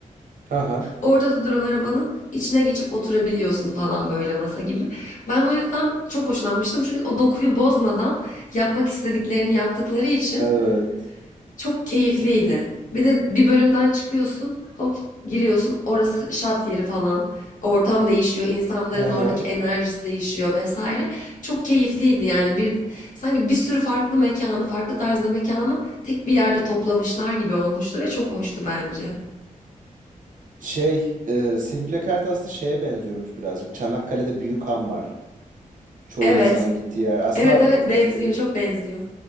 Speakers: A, on the right; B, on the left.
A: Aha.
B: Orada da duran arabanın içine geçip oturabiliyorsun falan böyle masa gibi. Ben o yüzden çok hoşlanmıştım. Çünkü o dokuyu bozmadan yapmak istediklerini yaptıkları için
A: Evet.
B: çok keyifliydi. Bir de bir bölümden çıkıyorsun, hop giriyorsun. Orası şat yeri falan. Ortam değişiyor, insanların
A: Aha.
B: oradaki enerjisi değişiyor vesaire. Çok keyifliydi yani bir sanki bir sürü farklı mekanı, farklı tarzda mekanı tek bir yerde toplamışlar gibi olmuştu ve çok hoştu bence.
A: Şey, e, Simple Kart aslında şeye benziyormuş birazcık. Çanakkale'de Büyük Han var. Çoğu
B: Evet,
A: insanın gittiği yer. Aslında
B: Evet evet benziyor
A: e,
B: çok benziyor.